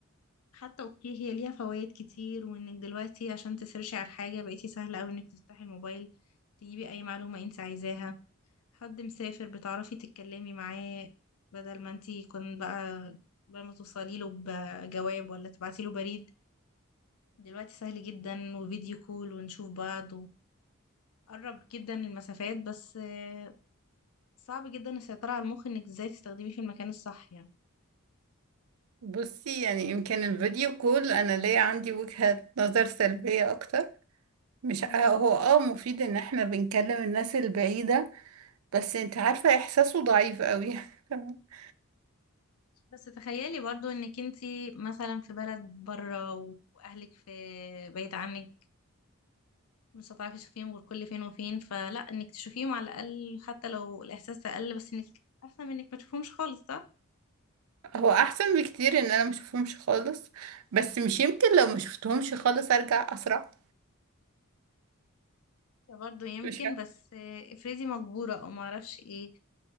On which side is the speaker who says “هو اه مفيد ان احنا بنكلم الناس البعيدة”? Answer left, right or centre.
Right